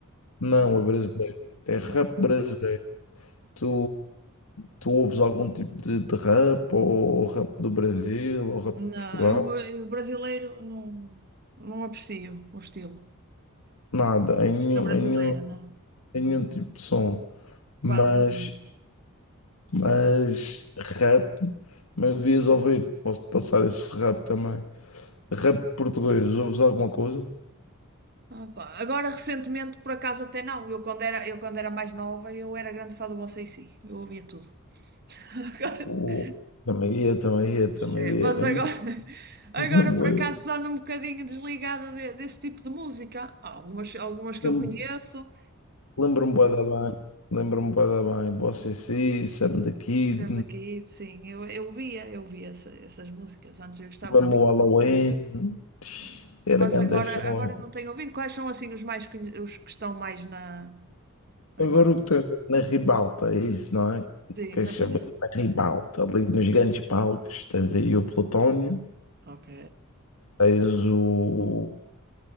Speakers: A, on the left (about 80°); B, on the right (about 45°).
A: Não,
B: ou é americano?
A: é brasileiro. É rap
B: Não,
A: brasileiro. Tu, tu ouves algum tipo de, de rap, ou rap do Brasil, ou rap
B: não
A: de Portugal?
B: eu, eu brasileiro não, não aprecio o estilo.
A: Nada, em
B: Música
A: nenhum,
B: brasileira,
A: em nenhum,
B: não.
A: em nenhum tipo de som. Mas,
B: Quase nenhum.
A: mas
B: Mas-
A: rap, mas devias ouvir. Posso passar esse rap também. Rap português, ouves alguma coisa?
B: Ah, pá, Agora, recentemente, por acaso, até não. Eu, quando era, eu, quando era mais nova, eu era grande fã do Você e dc Eu ouvia tudo. <laughs>
A: Oh, também eu, também eu, também
B: Agora, é, mas
A: eu. Ainda,
B: agora, agora,
A: ainda, me
B: por acaso, ando um bocadinho desligada de- desse tipo de música. Há algumas, algumas que
A: lembro-
B: eu conheço,
A: Lembro-me bué da bem. Lembro-me bué da bem. Boa CC, Sam the Kid,
B: Fizemos aqui, sim, eu, eu via, eu via essa- essas músicas, antes eu gostava
A: mesmo
B: muito.
A: o Halloween.
B: Né?
A: Era
B: Mas
A: grande
B: agora,
A: show.
B: agora não tenho ouvido. Quais são assim os mais conhe- os que estão mais na agora?
A: Agora o que tens na ribalta, é isso, não é?
B: Sim,
A: Queres
B: exatamente.
A: saber na ribalta? Ali nos grandes palcos tens aí o Plutónio,
B: Ok.
A: tens o